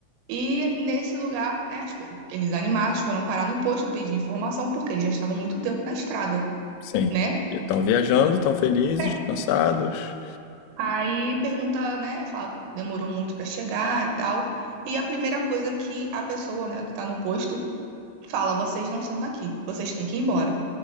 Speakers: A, on the right (about 85°); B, on the left (about 85°).
A: E nesse lugar, né, as- eles animados foram parar no posto pedir informação, porque eles já estavam muito tempo na estrada,
B: Sim.
A: né?
B: E estão viajando, estão felizes,
A: É.
B: cansados.
A: Aí pergunta, né, fala que demorou muito para chegar e tal. E a primeira coisa que a pessoa, né, que tá no posto, fala: vocês não são daqui, vocês têm que ir embora.